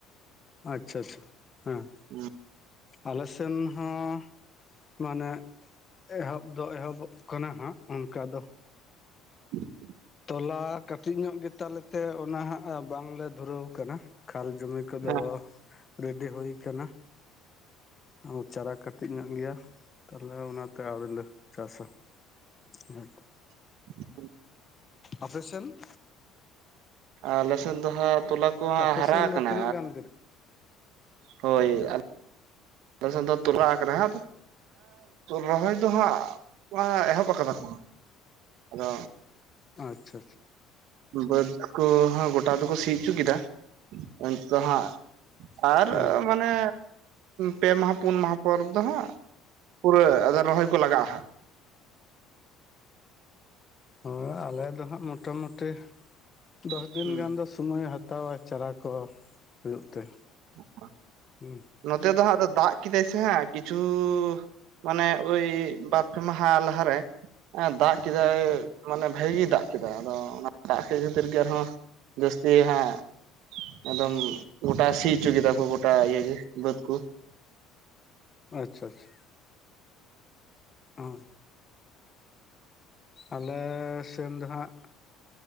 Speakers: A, on the left; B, on the right.
A: ᱟᱪᱪᱷᱟ ᱟᱪᱪᱷᱟ ᱦᱮᱸ
B: ᱦᱩᱸ
A: ᱟᱞᱮ ᱥᱮᱱ ᱦᱚᱸ ᱢᱟᱱᱮ ᱮᱦᱚᱵ ᱫᱚ ᱮᱦᱚᱵᱚᱜ ᱠᱟᱱᱟ ᱦᱟᱸᱜ ᱚᱱᱠᱟ ᱫᱚ
B: ᱦᱩᱸ <unintelligible>
A: ᱛᱚᱞᱟ ᱠᱟᱹᱴᱤᱡ ᱧᱚᱜ ᱜᱮ ᱛᱟᱞᱮ ᱛᱮ ᱚᱱᱟ ᱦᱟᱸᱜ ᱵᱟᱝ ᱞᱮ ᱫᱷᱩᱨᱟᱹᱣ ᱟᱠᱟᱱᱟ ᱠᱷᱟᱞ ᱡᱚᱢᱤ ᱠᱚᱫᱚ
B: ᱦᱮᱸ
A: ᱨᱮᱰᱤ ᱦᱩᱭ ᱠᱟᱱᱟ ᱟ ᱪᱟᱨᱟ ᱠᱟᱹᱴᱤᱡ ᱧᱚᱜ ᱜᱮᱭᱟ ᱛᱟᱦᱞᱮ ᱚᱱᱟᱛᱮ ᱟᱹᱣᱨᱤ ᱞᱮ ᱪᱟᱥᱟ ᱚᱱᱟ ᱠᱚ
B: ᱦ <unintelligible>
A: ᱟᱯᱮ ᱥᱮᱱ
B: ᱟᱞᱮ ᱥᱮᱫ ᱫᱚ ᱦᱟᱸᱜ ᱛᱚᱞᱟ ᱠᱚᱦᱟᱸᱜ
A: ᱟᱯᱮᱥᱮᱱ
B: ᱦᱟᱨᱟ ᱟᱠᱟᱱᱟ
A: ᱫᱚ ᱛᱤᱱᱟᱹᱜ ᱜᱟᱱ ᱫᱤᱱ
B: ᱦᱳᱭ ᱟᱞᱮ ᱥᱮᱱ ᱫᱚ ᱛᱚᱞᱟ ᱟᱠᱟᱱᱟ, ᱨᱚᱦᱚᱭ ᱫᱚ ᱦᱟᱸᱜ ᱮᱦᱚᱵ ᱠᱟᱫᱟ ᱠᱚ ᱟᱫᱚ
A: ᱟᱪᱪᱷᱟ ᱟᱪᱷᱟ
B: ᱵᱟᱹᱫᱽ ᱠᱚᱦᱚᱸ ᱜᱚᱴᱟ ᱫᱚᱠᱚ ᱥᱤ ᱩᱪᱩ ᱠᱮᱫᱟ ᱮᱱᱛᱮᱜ ᱦᱟᱸᱜ
A: ᱟᱪᱪᱷᱟ
B: ᱟᱨ ᱢᱟᱱᱮ ᱯᱮ ᱢᱟᱦᱟ ᱯᱩᱱ ᱢᱟᱦᱟ ᱯᱚᱨ ᱫᱚ ᱦᱟᱸᱜ ᱯᱩᱨᱟᱹ ᱟᱫᱚ ᱨᱚᱦᱚᱭ ᱠᱚ ᱞᱟᱜᱟᱜ-ᱟ ᱦᱟᱸᱜ
A: ᱦᱮᱸ ᱟᱞᱮ ᱫᱚ ᱦᱟᱸᱜ ᱢᱚᱴᱟ ᱢᱩᱴᱤ ᱫᱚᱥ
B: ᱦᱟᱸᱜ
A: ᱫᱤᱱ ᱜᱟᱱ ᱫᱚ ᱥᱳᱢᱚᱭ ᱦᱟᱛᱟᱣᱟ ᱪᱟᱨᱟ ᱠᱚ ᱦᱩᱭᱩᱜ ᱛᱮ
B: ᱚᱠᱟ <unintelligible>
A: ᱦᱩᱸ
B: ᱱᱚᱛᱮ ᱫᱚ ᱦᱟᱸᱜ ᱟᱫᱚ ᱫᱟᱜ ᱠᱮᱫᱟᱭ ᱥᱮ ᱦᱮ ᱠᱤᱪᱷᱩ ᱢᱟᱱᱮ ᱳᱭ ᱵᱟᱨ ᱯᱮ ᱢᱟᱦᱟ ᱞᱟᱦᱟᱨᱮ ᱫᱟᱜ ᱠᱮᱫᱟᱭ ᱢᱟᱱᱮ ᱵᱷᱟᱜᱤ ᱫᱟᱜ ᱠᱮᱫᱟᱭ ᱟᱫᱚ ᱚᱱᱟ ᱫᱟᱜ ᱠᱷᱟᱹᱛᱤᱨ ᱜᱮ ᱟᱨᱦᱚᱸ ᱡᱟᱹᱥᱛᱤ ᱦᱟᱸᱜ ᱮᱠᱫᱚᱢ ᱜᱚᱴᱟ ᱥᱤ ᱩᱪᱩ ᱠᱮᱫᱟ ᱠᱚ ᱜᱚᱴᱟ ᱤᱭᱧᱹ ᱜᱮ ᱵᱟᱹᱫᱽ ᱠᱚ
A: ᱟᱪᱪᱷᱟ ᱟᱪᱪᱷᱟ ᱚ ᱟᱞᱮ ᱥᱮᱱ ᱫᱚ ᱦᱟᱸᱜ